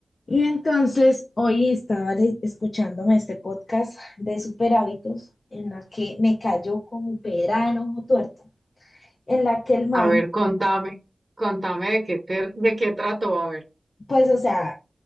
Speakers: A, on the left; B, on the right.
A: Y entonces hoy estaba le- escuchándome este podcast de super hábitos en la que me cayó como pera en ojo tuerto, en la que el man,
B: A ver, contame, contame de qué te, de qué trató, a ver.
A: pues o sea,